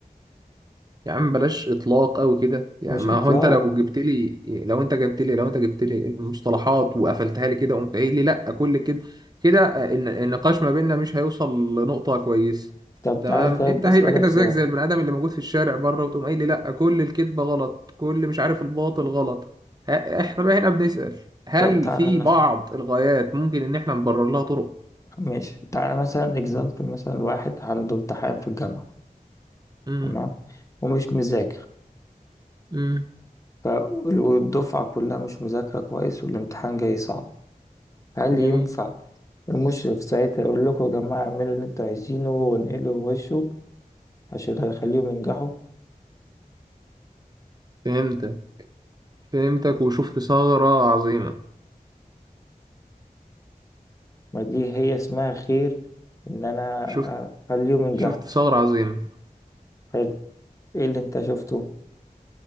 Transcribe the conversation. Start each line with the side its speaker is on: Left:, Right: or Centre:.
Right: يا عم بلاش اطلاق قوي كده يعني
Left: مش
Right: ما
Left: اطلاق
Right: هو انت لو جبت لي لو انت جبت لي لو انت جبت لي المصطلحات وقفلتها لي كده وقمت قايل لي لا كل كده كده آه، الن- النقاش ما بيننا مش هيوصل لنقطة كويس
Left: طب
Right: تمام
Left: تعالى طيب
Right: انت
Left: اسالك
Right: هيبقى كده
Left: سؤال
Right: زيك زي البني ادم اللي موجود في الشارع بره وتقوم قايل لي لا كل الكذبة غلط كل مش عارف الباطل غلط ه- احنا بقى هنا بنسأل هل
Left: طب تعالى
Right: في
Left: مثلا
Right: بعض الغايات ممكن ان احنا نبرر لها طرق
Left: ماشي تعالى مثلا اكزامبل مثلا واحد عنده امتحان في الجامعه
Right: امم
Left: تمام ومش مذاكر
Right: امم
Left: ف- والدفعة كلها مش مذاكرة كويس والامتحان جاي صعب هل
Right: جميل
Left: ينفع المشرف ساعتها يقول لكم يا جماعة اعملوا اللي انتوا عايزينه وانقلوا وغشوا عشان هيخليهم ينجحوا
Right: فهمتك فهمتك وشفت ثغرة عظيمة
Left: ما دي هي اسمها خير ان انا
Right: شفت
Left: اخليهم ينجحوا
Right: شفت ثغرة عظيمة
Left: حلو ايه اللي انت شفته